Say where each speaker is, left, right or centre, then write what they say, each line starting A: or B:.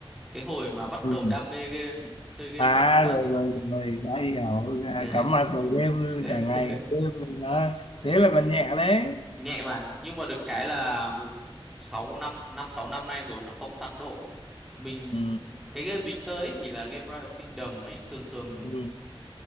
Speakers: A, in the centre; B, on the left.
A: cái hồi mà
B: ừ.
A: bắt đầu đam mê game ấy chơi game
B: à
A: thì nó cận
B: rồi rồi rồi đã hiểu À,
A: <laughs> Đấy.
B: cắm mặt vào game
A: <laughs>
B: cả ngày game thì nó thế là còn nhẹ đấy
A: nhẹ mà nhưng mà được cái là một sáu năm năm sáu năm nay rồi nó không tăng độ mình
B: ừ.
A: cái game mình chơi ấy thì là game Royal Kingdom ấy thường thường
B: Ừ.